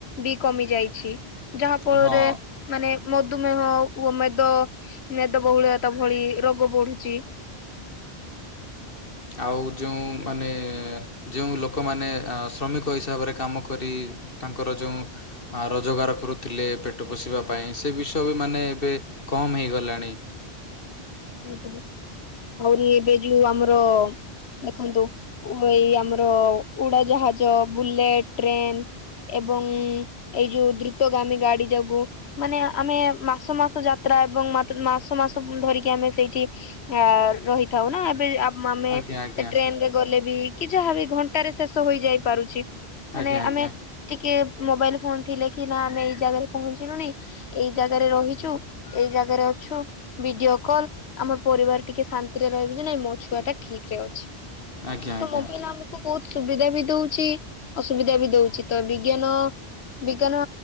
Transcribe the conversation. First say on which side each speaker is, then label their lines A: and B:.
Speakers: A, on the left; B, on the left.
A: ବି କମି ଯାଇଛି। ଯାହା ଫଳରେ
B: ହଁ
A: ମାନେ ମଧୁମେହ ଓ ମେଦ। ମେଦ ବହୁଳତା ଭଳି ରୋଗ ବଢୁଛି।
B: ଆଉ ଯେଉଁ ମାନେ ଯୋଉ ଲୋକମାନେ ଅ ଶ୍ରମିକ ହିସାବରେ କାମ କରି ତାଙ୍କର ଯୋଉଁ ରୋଜଗାର କରୁଥିଲେ ପେଟ ପୋଷିବା ପାଇଁ ସେ ବିଷୟ ବି ମାନେ ଏବେ କମ ହେଇଗଲାଣି।
A: <inaudible> ଆହୁରି ଏବେ ଯୋଉ ଆମର ଦେଖନ୍ତୁ। ଏଇ ଆମର ଉଡାଜାହାଜ ବୁଲେଟ ଟ୍ରେନ। ଏବଂ ଏଇ ଯୋଉ ଦ୍ରୁତଗାମୀ ଗାଡି ଯାଗୁ ମାନେ ଆମେ ମାସ ମାସ ଯାତ୍ରା ଏବଂ ମାତ୍ ମାସ ମାସ ଧରିକି ଆମେ ସେଇଠି ରହିଥାଉ ନା ଏବେ ଆପ ମାମେ
B: ଆଜ୍ଞା
A: ସେ
B: ଆଜ୍ଞା
A: ଟ୍ରେନ ରେ ଗଲେ ବି କି ଯାହାବି ଘଣ୍ଟାରେ ଶେଷ ହୋଇଯାଇ ପାରୁଛି।
B: ଆଜ୍ଞା
A: ମାନେ
B: ଆଜ୍ଞା
A: ଆମେ ଟିକେ ମୋବାଇଲ ଫୋନ ଥିଲେ କି ନା ଆମେ ଏଇ ଜାଗାରେ ପହଞ୍ଚିଲୁଣି। ଏଇ ଜାଗାରେ ରହିଛୁ, ଏଇ ଜାଗାରେ ଅଛୁ। ଭିଡିଓ କଲ ଆମର ପରିବାର ଟିକେ ଶାନ୍ତିରେ ରହିବେ ଯେ ନାଇଁ ମୋ ଛୁଆ ଟା ଠିକ ରେ ଅଛି।
B: ଆଜ୍ଞା ଆଜ୍ଞା
A: ତ ମୋବାଇଲ ଆମକୁ ବହୁତ ସୁବିଧା ବି ଦଉଛି ଅସୁବିଧା ବି ଦଉଛି। ତ ବିଜ୍ଞାନ ବି ବିଜ୍ଞାନ